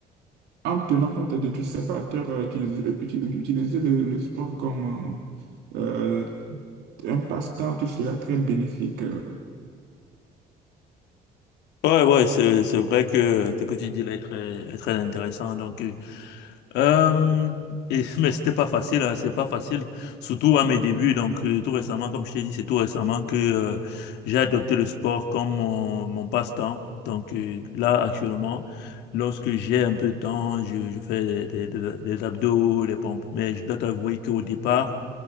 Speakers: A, on the right (about 80°); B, on the left (about 85°).
A: en tenant compte de tous ces facteurs, euh, utiliser, euh, uti- utiliser le, le sport comme euh, euh, un passe-temps, tout sera très bénéfique. euh,
B: Ouais, ouais, c'est, c'est vrai que euh, ce que tu dis là est très, est très intéressant. Donc, euh, Euh, et, <laughs> mais c'était pas facile, hein, c'est pas facile, surtout à mes débuts. Donc, euh, tout récemment, comme je t'ai dit, c'est tout récemment que euh, j'ai adopté le sport comme mon, mon passe-temps. Donc, euh, là, actuellement, lorsque j'ai un peu de temps, je, je fais des, des, des abdos, des pompes. Mais je dois t'avouer qu'au départ,